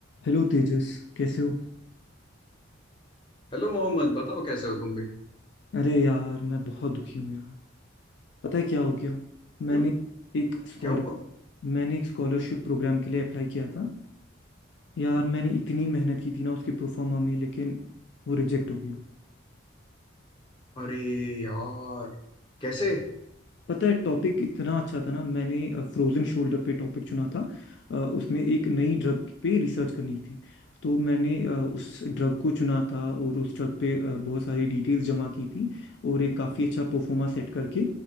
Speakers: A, on the left (about 55°); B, on the left (about 25°).
A: Hello Tejas कैसे हो
B: Hello Mohammed बताओ कैसे हो तुम भी
A: अरे यार मैं बहुत दुखी हूँ यार पता है क्या हो गया मैंने
B: क्यों
A: एक स्कॉलर
B: क्या हुआ
A: मैंने एक स्कॉलरशिप प्रोग्राम के लिए अप्लाई किया था यार मैंने इतनी मेहनत की थी ना उसके प्रोफार्मा में लेकिन वो रिजेक्ट हो गया
B: अरे यार कैसे
A: पता है टॉपिक इतना अच्छा था ना मैंने फ्रोजन शोल्डर पे टॉपिक चुना था अ, उसमें एक नई ड्रग पे रिसर्च करनी थी तो मैंने अ, उस ड्रग को चुना था और उस ड्रग पे अ, बहुत सारी डिटेल्स जमा की थी और एक काफ़ी अच्छा परफॉर्मा सेट करके